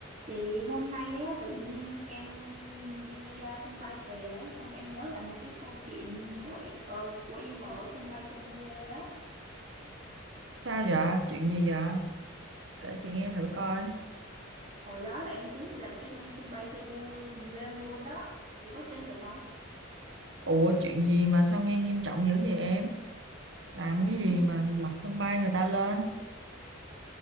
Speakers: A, on the right (about 35°); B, on the right (about 60°).
A: Chị hôm nay á, tự nhiên em đi à, sân bay về á, xong em nhớ lại một cái câu chuyện của e- ờ, của em ở sân bay Cebu quê á.
B: Sao vậy? Chuyện gì vậy? Kể chị nghe thử coi.
A: Hồi đó là em tính là cái sân sân bay Cebu lên luôn đó. Chị có tin được không?
B: Ủa chuyện gì mà sao nghe nghiêm trọng dữ vậy em? Làm
A: Ừ,
B: cái gì mà lật sân bay người ta lên?